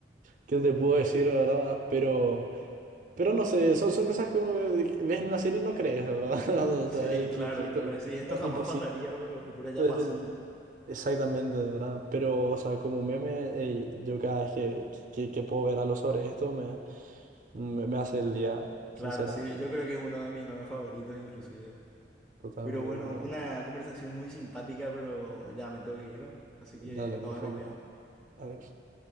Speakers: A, on the right (about 45°); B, in the centre.
A: que te puedo decir, la ¿verdad? Pero... Pero no sé, son, son cosas que eh, que ves en una serie y no crees, ¿verdad? <laughs> O
B: Sí,
A: sea, eh,
B: claro,
A: que, que
B: claro,
A: esto
B: sí, esto
A: no,
B: jamás
A: imposible.
B: pasaría, pero, pero
A: Esto
B: ya pasó.
A: es, eh, exactamente, ¿verdad? Pero, o sea, como meme, ey, yo cada vez que, que, que puedo ver algo sobre esto, me, me, me hace el día, sinceramente.
B: Claro, sí, yo creo que es uno de mis memes favoritos inclusive.
A: Totalmente,
B: Pero bueno,
A: totalmente.
B: una conversación muy simpática, pero ya me tengo que ir, ¿no? Así que
A: Dale, perfecto.
B: nos vemos, amigos.
A: Adiós.